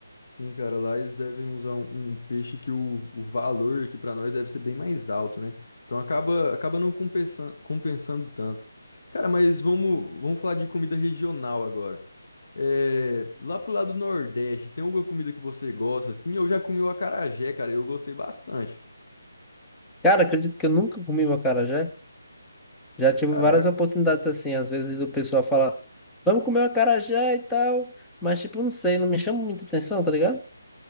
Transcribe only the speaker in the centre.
Cara, acredito que eu nunca comi um acarajé. Já tive
várias oportunidades assim, às vezes do pessoal falar, vamos comer um acarajé e tal, mas tipo, não sei, não me chama muita atenção, tá ligado?